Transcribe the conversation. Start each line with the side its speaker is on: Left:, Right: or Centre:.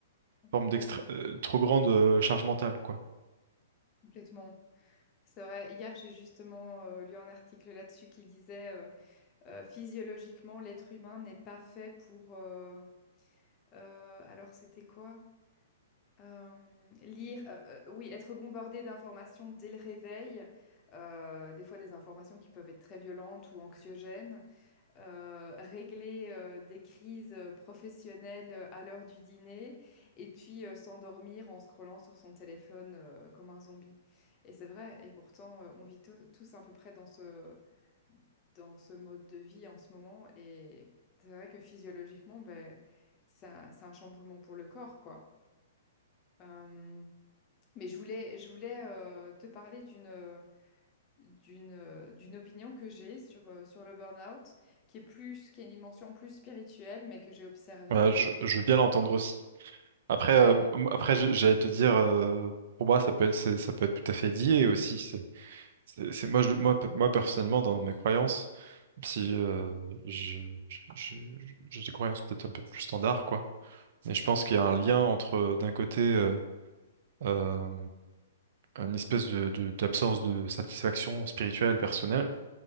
Right: Forme
Left: Oui,
Right: d'extra, euh, trop grande euh, charge mentale, quoi.
Left: complètement. C'est vrai, hier j'ai justement euh, lu un article là-dessus qui disait euh, euh, physiologiquement l'être humain n'est pas fait pour, euh, Euh, alors, c'était quoi? Euh, lire, euh, euh, oui, être bombardé d'informations dès le réveil, euh, des fois des informations qui peuvent être très violentes ou anxiogènes, euh, régler euh, des crises euh, professionnelles euh, à l'heure du dîner, et puis euh, s'endormir en scrollant sur son téléphone euh, comme un zombie. Et c'est vrai, et pourtant, euh, on vit to- tous à peu près dans ce, dans ce mode de vie en ce moment, et c'est vrai que physiologiquement, ben, c'est c'est un chamboulement pour le corps, quoi. Euh, mais je voulais, je voulais euh, te parler d'une euh, d'une euh, d'une opinion que j'ai sur, euh, sur le burn-out, qui est plus, qui est une dimension plus spirituelle, mais que j'ai observée.
Right: Ouais, je,
Left: euh,
Right: je veux bien l'entendre aussi. Après,
Left: Ouais,
Right: euh,
Left: bah,
Right: m- après, je- j'allais te dire, euh, pour moi, ça peut être, c'est- ça peut être tout à fait lié aussi. C'est, c'est, c'est- moi, je- moi, pe- moi, personnellement, dans mes croyances, si euh, je, je- je- j'ai des croyances peut-être un peu plus standard, quoi. Mais je pense qu'il y a un lien entre, d'un côté, euh, euh, une espèce de, de- d'absence de satisfaction spirituelle, personnelle,